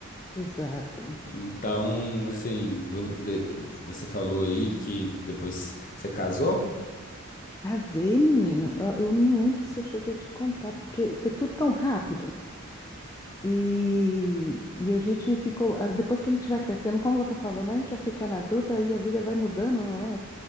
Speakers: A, on the left; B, on the left.
A: Exato.
B: Então, assim, vo- de- você falou aí que depois você casou?
A: Casei, menino. Eu eu não lembro se eu cheguei a te contar, porque foi tudo tão rápido. E, e a gente ficou, ah, depois que a gente vai crescendo, como você falou, né? A gente vai ficando adulta e a vida vai mudando, não é?